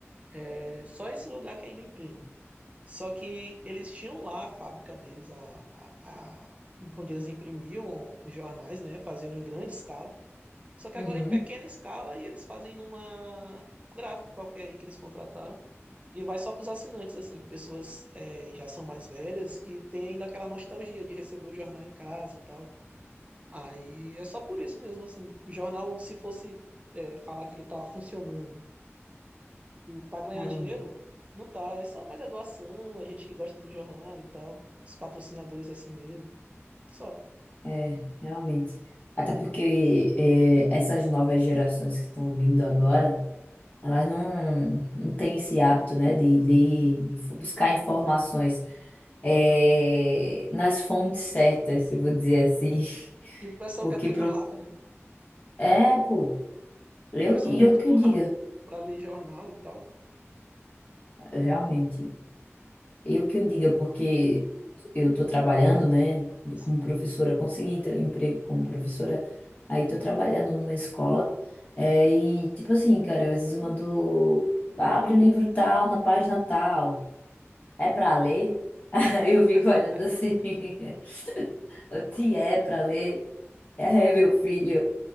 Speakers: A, on the right (about 30°); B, on the left (about 30°).
A: é só esse lugar que ainda imprime. Só que eles tinham lá a fábrica deles, a, a, a- onde eles imprimiam os jornais, né? Faziam em grande escala. Só que
B: Uhum.
A: agora é em pequena escala e eles fazem numa gráfica qualquer aí que eles contrataram. E vai só para os assinantes, assim, pessoas é, já são mais velhas que têm ainda aquela nostalgia de receber o jornal em casa e tal. Aí é só por isso mesmo, assim. O jornal, se fosse é, falar que ele tá funcionando para ganhar
B: Ah,
A: dinheiro, não tá. É só mais a doação, a gente que gosta do jornal e tal. Os patrocinadores assim mesmo. Só.
B: É, realmente. Até porque é, essas novas gerações que estão vindo agora, elas não, não têm esse hábito, né, de ler, inf- buscar informações é, nas fontes certas, se eu vou dizer assim. <laughs>
A: E o pessoal
B: Porque
A: quer tudo
B: pro...
A: rápido, né?
B: É, pô.
A: O
B: Eu,
A: pessoal
B: e
A: quer
B: eu
A: tudo
B: que eu diga,
A: rápido para ler jornal e tal.
B: realmente. Eu que eu diga, porque eu tô trabalhando, né,
A: Sim,
B: como professora, consegui tra- emprego como professora, aí tô trabalhando numa escola, é, e tipo assim, cara, eu às vezes mando, abre o livro tal, na página tal, é pra ler? <laughs> Eu
A: <laughs>
B: fico olhando assim, <laughs> o que é pra ler? É, meu filho.